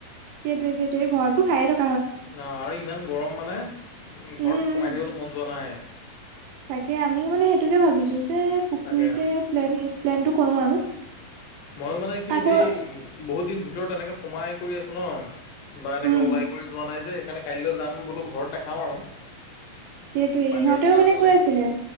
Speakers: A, on the right; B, on the left.
A: সেইটোৱে সেইটোৱে ঘৰতটো খাই থাকোঁ।
B: ন আৰু ইমান গৰম মানে উ ঘৰত
A: উম
B: সোমাই
A: উম
B: থাকিবলৈ মন যোৱা নাই।
A: তাকে আমিও মানে সেইটোকে ভাবিছোঁ যে পুখুৰীতে
B: তাকে
A: প্লেন প্লেনটো কৰো আৰু
B: মই মানে কি
A: আকৌ
B: সেই বহুত দিন ভিতৰত এনেকে সোমাই কৰি আছো ন। বা এনেকে
A: উম
B: ওলাই কৰি যোৱা নাই যে সেইকাৰণে কাইলৈ যাম বোলো ঘৰত নাখাওঁ আৰু
A: সেইটোৱে
B: বাহিৰত
A: ইিহঁতেও
B: খালে
A: মানে
B: ভাল
A: কৈ
B: লাগিব
A: আছিলে